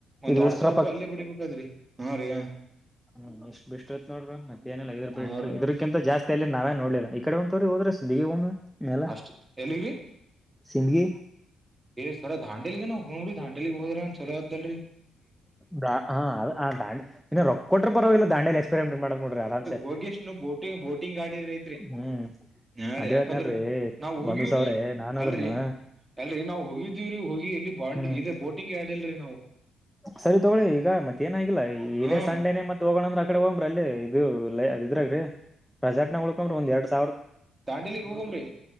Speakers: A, on the right; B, in the centre.
A: ಒಂದ್
B: ಇದು
A: ಎರಡ್
B: ಉಷ್ಟ್ರ
A: ಸಾವಿರ ರೂಪಾಯಿ ಅಲ್ಲೇ ಬಿಡಿಬೇಕಾದ್ರಿ ಹಾ ರೀ
B: ಹ್ಮ ಎಷ್ಟ್ ಬಿಟ್ಟಿತ್ ನೋಡ್ರ ಮತ್ತೇಏನಿಲ್ಲಲ್ಲ ಇದ್ರ ಬಿ
A: ಹಾ ರೀ
B: ಇದ್ರಕ್ಕಿಂತ ಜಾಸ್ ಅಲ್ಲಿ ನಾವೇ ನೋಡ್ಲಿಲ್ಲ ಈ ಕಡೆ ಒಂತವರಿ ಹೋದ್ರೆ ಗ ಬ ಮಲ್ಲ
A: ಅಷ್ಟ್ ಎಲ್ಲಿಗ್ರಿ
B: ಸಿಂದಗಿ
A: ಏ್ರ ದಾಂಡೇಲಿ ಏ ಹೋಗ್ರರಿ ದಾಂಡೇಲಿಗ್ ಹೋದ್ರ ಚಲೋದ್ದಲ್ರಿ
B: ದ ಹಾ ದಾಂಡಿ ಇನ್ನು ರೊಕ್ಕ ಕೊಟ್ರೆ ಬರವಾಗಿಲ್ಲ ದಾಂಡಿಯಲಿ ಎಕ್ಸ್ಪೆರಿಮೆಂಟ್ ಮಾಡಕ್ ನೋಡ್ರಿ ಆರ್ಸೆ
A: ಹೋಗ್ಯಷ್ಟ ನ ಬೋಟಿಂಗ್ ಬೋಟಿಂಗ್ ಆಡಿದ್ರ ಐತ್ರಿ
B: ಹ್ಮ್
A: ಹಾ ರೀ
B: ಅದೇ
A: ಯಾಕಂದ್ರ
B: ಹೇಳ್ದ್ನಲ್ರಿ
A: ನಾವವು ಹೋಗಿವವ್ರಿ
B: ಬಂದು ಸಾವಿರ ನಾನಾದ್ರೂನು
A: ಅಲ್ರರಿ ಅಲ್ರರಿ ನಾವವು ಹೋಗಿದ್ದೀವ್ರೀ ಹೋಗಿ ಇಲ್ಲಿ ಬಾಂಡ್
B: ಹ್ಮ್
A: ಇೇ ಬೋಟಿಂಗ್ ಆಡಿಲ್ರರಿ ನಾವು
B: ಸರಿ ತಗೊಳ್ಳಿ ಈಗ ಮತ್ತೆ ಏನಾಗಿಿಲ್ಲ ಇದೇ
A: ಹಾ
B: ಸಂಡೇನೆ ಮತ್ತತ್ ಹೋಗೋಣಂದ್ರ ಕಡೆ ಹೋಗಂಬ್ರಿ ಅಲ್ಲಿ ಇದು ಲೈ ಇದ್ರಾಗ್ರೀ ರಜಾಟನ ಉಳ್ಕಂಬ್ರಿ ಒಂದ ಎರಡ್ ಸಾವಿರ
A: ದಾಂಡೆಲಿಗ್ ಹೋಗಮ್ರೀ